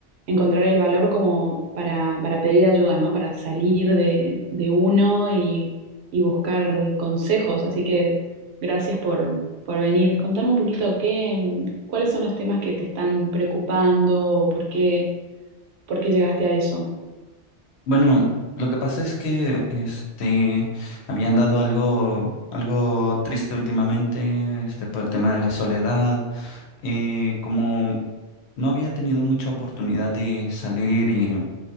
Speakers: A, on the right; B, on the left.
A: encontrar el valor como para, para pedir ayuda, ¿no? Para salir de, de uno y, y buscar consejos. Así que gracias por, por venir. Contame un poquito qué, em, cuáles son los temas que te están preocupando, por qué. ¿Por qué llegaste a eso?
B: Bueno, lo que pasa es que este habían dado algo, algo triste últimamente, este, por el tema de la soledad. Eh, como no había tenido mucha oportunidad de salir y,